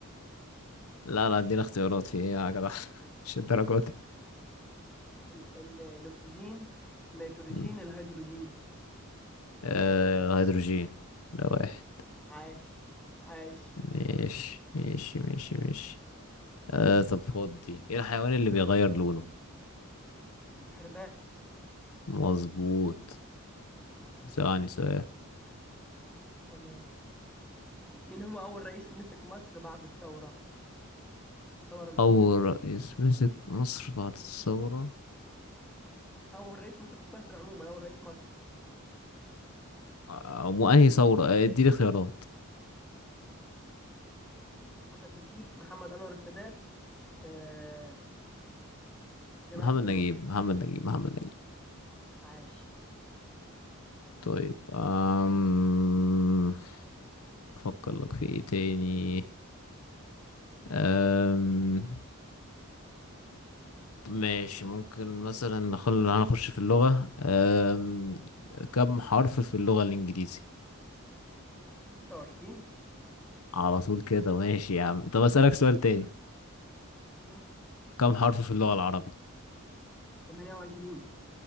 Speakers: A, on the left; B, in the centre.
A: لا لا ادينا اختيارات في ايه يا جدع <laughs> مش الدرجات دي.
B: ال... ال... الاكسجين النيتروجين
A: مم.
B: الهيدروجين
A: آه هيدروجين ده واحد
B: عاش عاش
A: ماشي ماشي ماشي ماشي آه طب خد دي ايه الحيوان اللي بيغير لونه
B: الحرباء
A: مظبوط ثواني سؤال
B: تمام مين هو اول رئيس مسك مصر بعد الثورة الثورة الاولى
A: اول رئيس مسك مصر بعد الثورة
B: اول رئيس مسك مصر عموما اول رئيس مصر
A: آه، وانهي ثورة آه، اديني خيارات
B: محمد نجيب محمد أنور السادات آه، جمال
A: محمد
B: عبد
A: نجيب
B: الناصر
A: محمد نجيب محمد نجيب
B: عاش
A: طيب أم... أفكر لك في إيه تاني أم... ماشي ممكن مثلا نخل... هنخش في اللغة أم... كم حرف في اللغة الإنجليزي
B: 26
A: على طول كده ماشي يا عم طب أسألك سؤال تاني
B: آه. تمام
A: كم حرف في اللغة العربي
B: 28